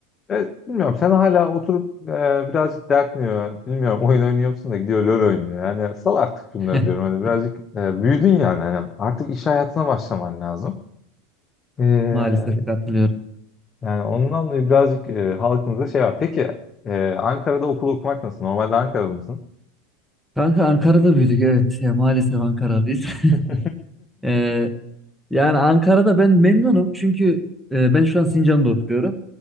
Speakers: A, on the left; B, in the centre.
A: Evet, bilmiyorum sen hala oturup e, birazcık dertmiyor. Bilmiyorum oyun oynuyor musun da gidiyor LoL oynuyor. Yani sal artık şunları
B: <laughs>
A: diyorum. Hani birazcık e, büyüdün yani. Hani Hani artık iş hayatına başlaman lazım. Ee,
B: Maalesef katılıyorum.
A: yani ondan dolayı birazcık e, halkımızda şey var. Peki e, Ankara'da okul okumak nasıl? Normalde Ankara'da mısın?
B: Kanka Ankara'da büyüdük evet. Ya, maalesef Ankaralıyız. <laughs>
A: <laughs>
B: Ee, yani Ankara'da ben memnunum. Çünkü e, ben şu an Sincan'da oturuyorum.